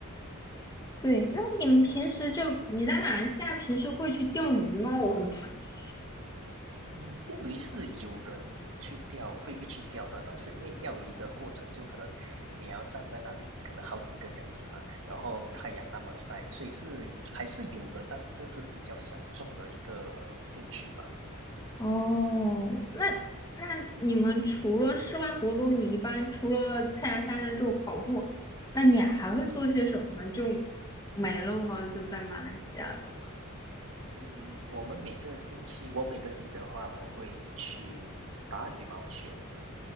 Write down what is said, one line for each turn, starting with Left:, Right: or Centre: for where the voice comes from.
Left: 对，那你们平时就你在马来西亚平时会去钓鱼吗？我很好奇。
Right: 嗯，钓鱼是有人去钓，会会去钓的，但是因为钓鱼的过程就可能你要站在那里，可能好几个小时吧，然后太阳那么晒，所以是还是有人，但是这是比较小众的一个兴趣吧。
Left: <laughs> 哦，那那你们除了室外活动，你一般除了太阳下山之后跑步，那你还会做些什么呢？就就没了吗？就在马来西亚的话。
Right: 嗯，我们每个星期，我每个星期的话，我会去打羽毛球。